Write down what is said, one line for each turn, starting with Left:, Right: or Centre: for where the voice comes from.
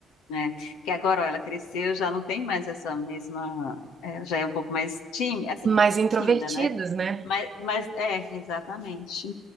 Left: né? Que agora, ó, ela cresceu, já não tem mais essa mesma, é, já é um pouco mais tímida, assim,
Right: Mas introvertidos,
Left: tímida, né?
Right: né?
Left: Mas, mas é, exatamente.